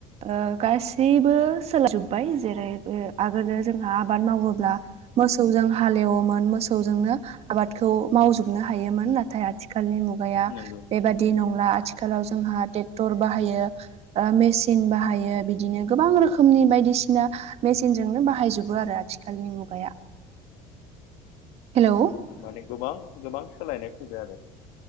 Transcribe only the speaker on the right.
ओ गासैबो सोलाय जोब्बाय जेरै ओ आगोलो जोंहा आबाद मावोब्ला मोसौजों हालेवोमोन मोसौजोंनो आबादखौ मावजोबनो हायोमोन नाथाय आ थिखालनि मुगाया
बेबादि नंला आथिखालाव जोंहा टेक्टर बाहायो। ओ मेसिन बाहायो बिदिनो गोबां रोखोमनि बायदिसिना मेचनजोंनो बाहायजोबो आरो आथिखालनि मुगाया।
हेलौ